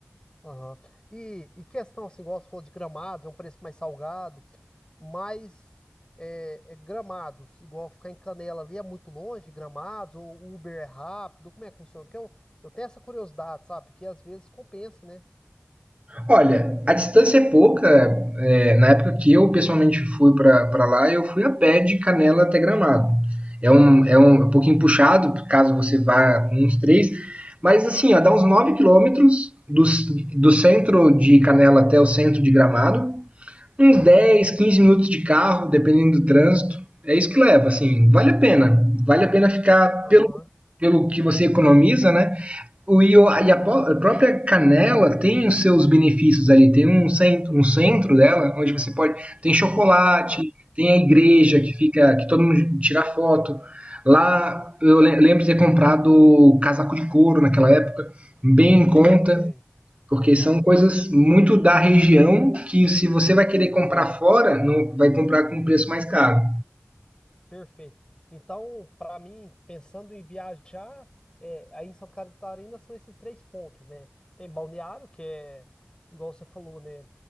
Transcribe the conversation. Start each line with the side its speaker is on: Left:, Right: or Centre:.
Left: aham. E, e questão, assim, igual você falou de gramados, é um preço mais salgado, mas é, é, gramados, igual ficar em Canela ali é muito longe, gramados, ou o Uber é rápido, como é que funciona? Porque eu, eu tenho essa curiosidade, sabe? Porque às vezes compensa, né?
Right: Olha, a distância é pouca. é, na época que eu pessoalmente fui para lá, eu fui a pé de Canela até Gramado. É um, é um, é um pouquinho puxado, caso você vá uns três. Mas assim, ó, dá uns 9 quilômetros do, do centro de Canela até o centro de Gramado uns 10, 15 minutos de carro, dependendo do trânsito. É isso que leva, assim, vale a pena. Vale a pena ficar
Left: Aham,
Right: pelo, pelo que você economiza, né? O, e o- e a, po- a própria Canela tem os seus benefícios ali, tem um centro, um centro dela, onde você pode. Tem chocolate,
Left: ah,
Right: tem a igreja
Left: uhum,
Right: que fica. que todo mundo tira foto. Lá eu
Left: aham,
Right: le- lembro de ter comprado casaco de couro naquela época, bem em conta.
Left: sei.
Right: Porque são
Left: Aham.
Right: coisas muito da região que se você vai querer comprar fora, não vai comprar com um preço mais caro.
Left: Perfeito. Então, para mim, pensando em viajar, é, aí em Santa Catarina são esses três pontos, né? Tem Balneário, que é, igual você falou, né?